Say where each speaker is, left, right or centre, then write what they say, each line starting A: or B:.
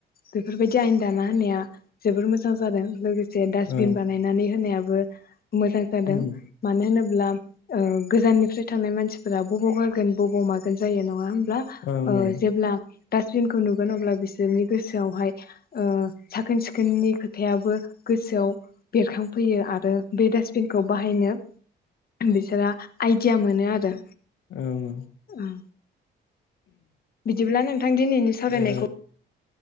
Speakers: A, on the left; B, on the left.
A: बेफोरबायदि आयेन दाना होनाया जोबोर मोजां जादों लोगो जे डासबिन
B: औ
A: बानायनानै होनाया मोजां जादों
B: ओं
A: मानो होनोब्ला ओ गोजाननिफ्राय थांनाय मानसिफोरा बबाव गारगोन बबाव मागोन जायो नङा होम ब्ला
B: ओं
A: ओ
B: ओं
A: जेब्ला डास्टबिनखौ नुगोन अब्ला बिसोरनि गोसोआवहाय ओ साखोन सिखोननि खोथायाबो गोसोआव बेरखांफैयो आरो बे डास्टबिनखौ बाहायनो बिसोरहा आइडिया मोनो आरो।
B: ओं औ।
A: उम बिदिब्ला नोंथां दिनैनि सावरायनायखौ
B: ओ